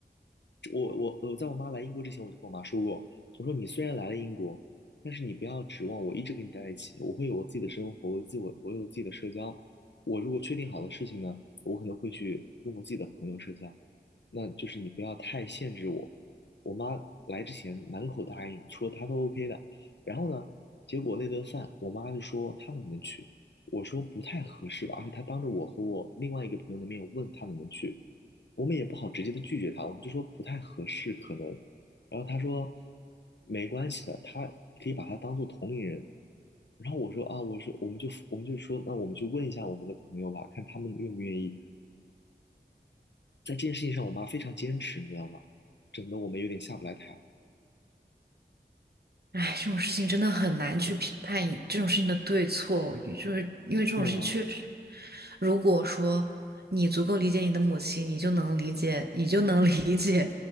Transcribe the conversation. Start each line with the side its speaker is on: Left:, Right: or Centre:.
Left: 我我我在我妈来英国之前，我就跟我妈说过，我说你虽然来了英国，但是你不要指望我一直跟你待在一起，我会有我自己的生活，我有自己我我有自己的社交。我如果确定好的事情呢，我可能会去跟我自己的朋友社交，那就是你不要太限制我。我妈来之前满口答应说她都 OK 的，然后呢，结果那顿饭我妈就说她能不能去，我说不太合适吧，而且她当着我和我另外一个朋友的面问她能不能去。我们也不好直接的拒绝他，我们就说不太合适，可能。然后他说没关系的，他可以把他当做同龄人。然后我说啊，我说我们就我们就说，那我们就问一下我们的朋友吧，看他们愿不愿意。在这件事情上，我妈非常坚持，你知道吗？整得我们有点下不来台。
Right: 哎，这种事情真的很难去评判一这种事情的对错，就是因为这种事情确实，
Left: 对啊。
Right: 如果说你足够理解你的母亲，你就能理解，你就能 <laughs> 理解